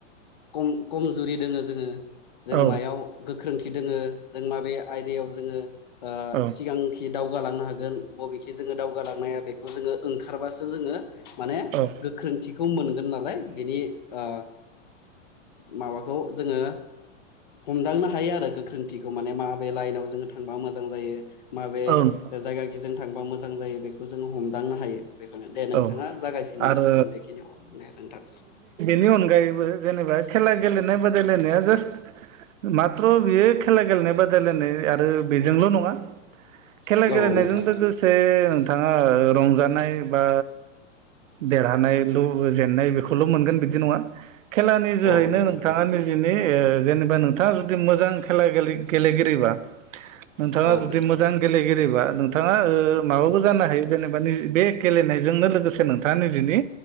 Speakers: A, on the left (about 40°); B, on the right (about 85°).
A: कम-कमजुरि दोङो जोङो। जों
B: औ
A: मायाव गोख्रोंथि दोङो जों माबे आयदायाव जोङो ओ
B: औ
A: सिगां दावगालांनो हागोन बबेखि जोङो दावगालांनाया बेखौ जोङो ओंखारबासो जोङो माने
B: औ
A: गोख्रोंथिखौ मोनगोन नालाय बेनि ओ माबाखौ जोङो हमदांनो हायो आरो गोख्रोंथि खौ माने माबे लाइनाव जोङो थांबा मोजां जायो माबे
B: औ नोंथां
A: जायगाखि जों थांबा मोजां जायो बेखो जोङो हमदांनो हायो बेखायनो दे
B: औ
A: नोंथाङा जागायफिननो
B: आरो
A: हासिगोन बेखिनियाव दे नोंथां।
B: नि अनगायैबो जेनेबा खेला गेलेनाय बादायलायनाया जास मात्र' बियो खेला गेलेनाय बादायलायनाय आरो बेजोंल' नङा खेला गेलेनायजों
A: औ औ नोंथां
B: लोगोसे नोंथाङा रंजानाय बा देरहानायल' जेननाय बेखौल' मोनगोन बिदि नङा खेलानि जोहैनो
A: औ नंगौ
B: नोंथाङा
A: नोंथां
B: निजिनि ओ जेनेबा नोंथाङा जुदि मोजां खेला गेले गेलेगिरिबा नोंथाङा
A: औ
B: जुदि
A: नोंथां
B: मोजां गेलेगिरिबा नोंथाङा ओ माबाबो जानो हायो जेनेब बा निजि बे गेलेनायजोंनो लोगोसे नोंथाङा निजिनि